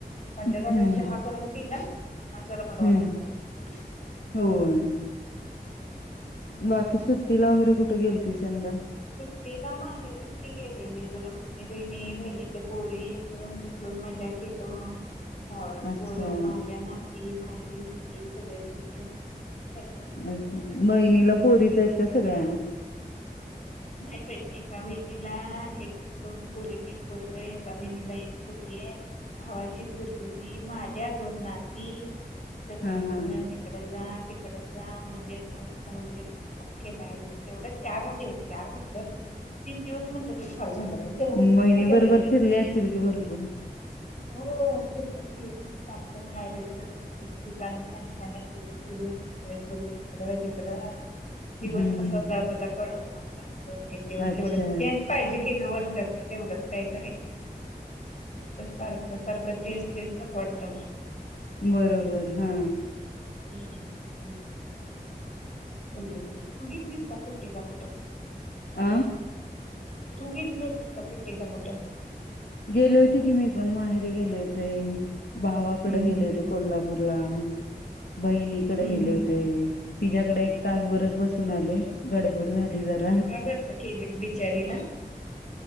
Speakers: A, on the left (about 50°); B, on the left (about 75°).
A: अल्लगलम
B: हम्म
A: च हहा करून तिला ह जरा बर
B: हम्म
A: वाटा हम्
B: होय. बाकी सुट्टीला वगैरे कुठे गेलती यंदा
A: सुट्टी ना माहेरच की गेलेले जरा बहिणी बहिणी बहिणीच्या पोरी मिळून दिस खूप मजा केल भावाची
B: अच्छा
A: खोरं माझ्या नाती माझी मुलगी सगळेजण मिळून एकदम मस्त
B: अ्छा
A: एन्जॉय केलो
B: बहिनीला पोरीच आहेत का सगळ्या
A: नाही बाई एका बहिणीला एक दोन पुरीन एक परग एका बहिणीला एक पुरगी भावाची कुरगीती माझ्या दोन नाती सगळेजून
B: हा हा
A: मिळून इकडे जात तिकड जा मजेत मस्त मजेत केला एन्जॉय केवढ्या चारच दिवस चार कुठलं तीन दिवस म्हणलं तर फार झालं पण तेवढच
B: बहिणी
A: मजा
B: बरोबर
A: केलीजय
B: फिरले असतील की भरपूर
A: हो फिरलं की मस्त आमच्या माहेर जरा दोन तीन ठिकाणी छान छान आहे तिथ फिरून एन्जॉय करून तिकडं तिकडं
B: हम्म
A: दिवस
B: हम्म
A: कसा जात होता कळत ना दोन तीन दिवस
B: अच्छा
A: तेवढंचचे पाहिजे की घ वर्षातन तेवढंच काहीतरी तर सारखं सारखं तेस् तेस नक वाटतं मग
B: बरोबर हा
A: हम्म होढच तू गेल तस का सुट्टेला कुठं
B: आ
A: तू गिल म तिसका फर टेला कोुटा
B: गेले होते की मी पण माहेरी गेले होते भावाकडे
A: हम्म हम्म
B: गेले
A: हम्म
B: होते कोल्हापूरला बहिणीकडे
A: हम्म
B: गेले
A: हम्म.
B: होते
A: हम्म.
B: तिच्या्याकडे एक तासभरच बसून आले गडबड झाली ार
A: का गं असं केलीस बिचारीला? नाही